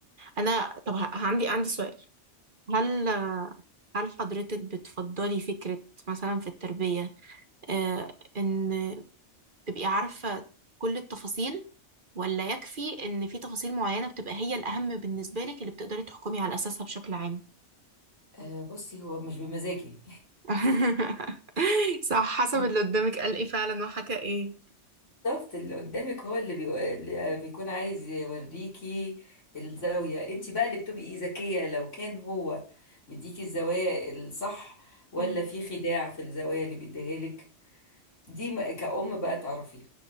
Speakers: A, on the right; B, on the left.
A: انا طب ه- عندي عندي سؤال هل هل حضرتك بتفضلي فكرة مثلا في التربية آه ان تبقي عارفة كل التفاصيل ولا يكفي ان في تفاصيل معينة بتبقى هي الاهم بالنسبة لك اللي بتقدري تحكمي على اساسها بشكل عام
B: آه بصي هو مش بمزاجي
A: <laughs> صح حسب
B: <laughs>
A: اللي قدامك قال ايه فعلا وحكى ايه
B: بالظبط اللي قدامك هو اللي, بي... اللي بيكون عايز يوريكي الزاوية انت بقى اللي بتبقي إيه ذكية لو كان هو مديكي الزوايا الصح ولا
A: مم.
B: في خداع في الزوايا اللي بيديها لك دي ما- كأم بقى تعرفيها